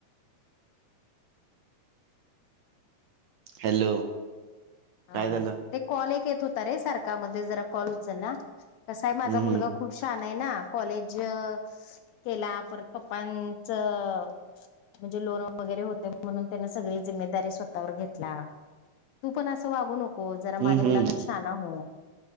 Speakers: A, on the right (about 75°); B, on the left (about 75°).
A: हॅलो
B: हा
A: काय झालं
B: ते कॉल एक येत होता रे सारखा म जरा कॉल उचलला कस आहे माझा
A: हम्म
B: मुलगा
A: हम्म
B: खूप शहाणा आहे ना कॉलेज केला परत पप्पांचं म्हणजे लोन वगैरे होते म्हणून त्यान सगळी जिम्मेदारी स्वतःवर घेतला तू पण आस वागू नको जरा
A: हम्म
B: माझ्या मुलागंत
A: हम्म
B: शिक हा ना हो